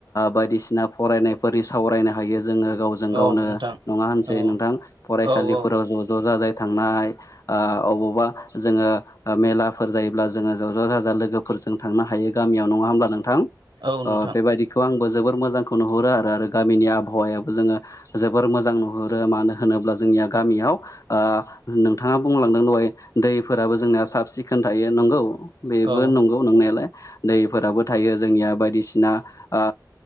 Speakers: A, on the left; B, on the right.
A: बायदिसिना फरायनायफोरनि सावरायनो हायो। जोङो गावजों गावनो
B: औ नोंथां
A: नङा होनसै
B: औ
A: नोंथां फरायसालिफोराव
B: औ औ
A: ज' ज' जाजाय थांनाय ओ अबोबा जोङो ओ मेलाफोर जायोब्ला जोङो ज' ज' जाजाय लोगोफोरजों थांनो हायो गामियाव नङा होमबाथ नोंथां
B: औ
A: ओ
B: नोंथां
A: बेबायदिखौ आंबो। जोबोर मोजांखौ नुहुरो आरो गामिनि आबहावायाबो जोङो जोबोर मोजां नुहुरो मानो होनोब्ला जों गामियाव ओ नोंथाङा बुंलांदों दहाय दैफोराबो जोंनिया साब सिखोन थायो नंगौ। बेबो
B: औ
A: नंगौ नोंनायालाय दैफोराबो थायो जोंनिया बायदिसिना ओ